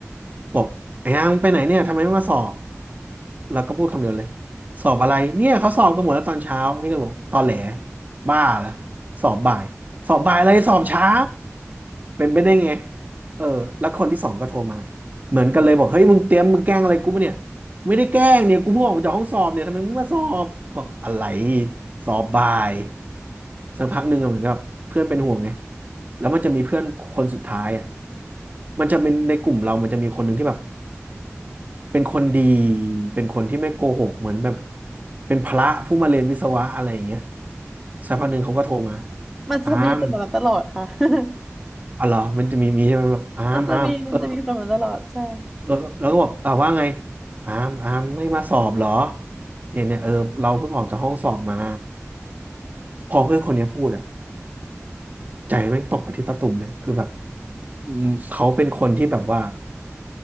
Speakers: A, on the right; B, in the centre.
A: บอกไอ้ยังไปไหนเนี่ยทำไมไม่มาสอบแล้วก็พูดคำเดียวเลยสอบอะไรเนี่ยเขาสอบกันหมดแล้วตอนเช้านี่ก็บอกตอนแหลบ้าละสอบบ่ายสอบบ่ายอะไรสอบเช้าเป็นไปได้ไงเออแล้วคนที่สองก็โทรมาเหมือนกันเลยบอกเฮ้ยมึงเตรียมมึงแกล้งอะไรกูปะเนี่ย ไม่ได้แกล้งเนี่ยกูเพิ่งออกมาจากห้องสอบเนี่ยทำไมมึงมาสอบบอกอะไรสอบบ่ายสักพักหนึ่งอะเหมือนกับเพื่อนเป็นห่วงไงแล้วมันจะมีเพื่อนคนสุดท้ายอ่ะมันจะเป็นในกลุ่มเรามันจะมีคนหนึ่งที่แบบเป็นคนดีเป็นคนที่ไม่โกหกเหมือนแบบเป็นพระผู้มาเรียนวิศวะอะไรอย่างเงี้ยสักพักหนึ่งเขาก็โทรมา
B: มันจะมีคนแบบนั้นตลอดค่ะ
A: อาม
B: <laughs>
A: อ๋อเหรอมันจะมีมีใช่ไหมแบบอามอามเออ
B: มันจะมีมันจะมีคนแบบนั้นตลอดใช่
A: แล้วแล้วก็บอกอ่าว่าไงอามอามไม่มาสอบเหรอเนี่ยเนี่ยเออเราเพิ่งออกจากห้องสอบมาพอเพื่อนคนเนี้ยพูดอ่ะใจแม่งตกไปที่ตะตุ่มเลยคือแบบอืมเขาเป็นคนที่แบบว่า